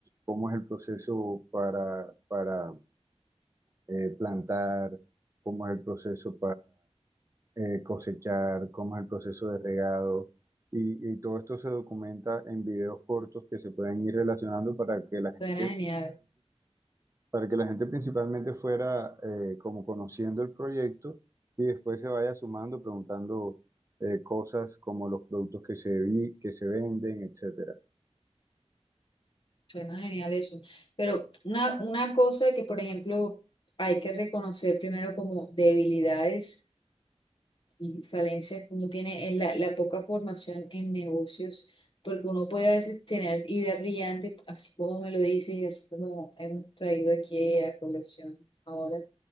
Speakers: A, on the right (about 25°); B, on the left (about 45°).
A: cómo es el proceso para, para eh, plantar, cómo es el proceso eh, cosechar, cómo es el proceso de regado. Y, y todo esto se documenta en videos cortos que se pueden ir relacionando para que la gente,
B: Suena genial.
A: para que la gente principalmente fuera eh, como conociendo el proyecto y después se vaya sumando, preguntando eh, cosas como los productos que se, vi- que se venden, etc.
B: Suena genial eso. Pero una, una cosa que, por ejemplo, hay que reconocer primero como debilidades y falencias que uno tiene es la, la poca formación en negocios, porque uno puede a veces tener ideas brillantes, así como me lo dices y así como hemos traído aquí a colección ahora,